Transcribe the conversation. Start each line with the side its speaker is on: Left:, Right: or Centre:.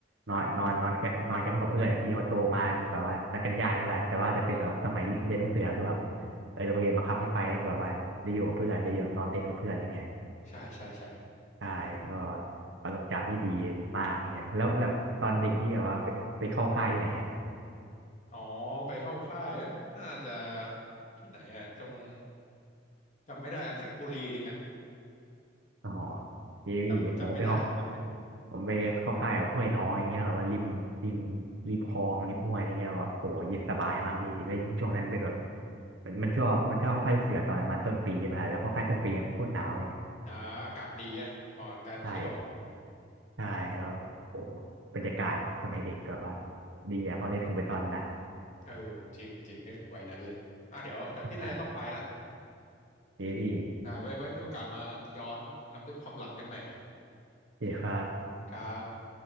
Right: นอนนอนนอนแคมป์นอนแคมป์กับเพื่อนพี่มาโตมาแบบว่านัดกันยากใช่ป่ะแต่ว่าถ้าเป็นแบบสมัยเรียนลูกเสือคือแบบ
Left: อืมอืม
Right: เออโรงเรียนบังคับให้ไปแล้วแบบว่าได้อยู่กับเพื่อนได้อยู่นอนเต็นท์กับเพื่อนอะไรเงี้ย
Left: ใช่ใช่ใช่
Right: ใช่ก็ประสบการณ์ที่ดีมากอย่างเงี้ยแล้วแบบตอนเด็กพี่แบบว่าไปไปเข้าค่ายที่ไหนอ่ะ
Left: อ๋อไปเข้าค่ายน่าจะที่ไหนอะตรงจำไม่ได้อะไรสักบุรีหนึ่งอะ
Right: อ๋อเจวีผมก็ไปเข้า
Left: จำจำไม่ได้แล้ว
Right: ผมไปเข้าค่ายแบบห้วยน้องอย่างเงี้ยแบบว่าริมริมริมคลองริมห้วยอะไรเงี้ยแบบโอ้โหเย็นสบายมากพี่แล้วยิ่งช่วงนั้นเป็นแบบมันมันชอบมันชอบเข้าค่ายลูกเสือตอนประมาณต้นปีใช่ไหมล่ะแล้วเข้าค่ายต้นปีมันโคตรหนาวเลยเงี้ย
Left: อ่าอากาศดีอะเหมาะกับการเที่ยว
Right: ใช่ใช่แล้วโอ้โหบรรยากาศสมัยเด็กแบบว่าดีอะพอได้ถึงไปตอนนั้น
Left: เออจริงจริงนึกถึงวัยนั้นเลยอ่ะเดี๋ยวเดี๋ยวพี่น่าจะต้องไปละ
Right: ใช่ดีพี่
Left: ได้ไว้ไว้มีโอกาสมาย้อนรำลึกความหลังกันใหม่
Right: ดีครับ
Left: ครับ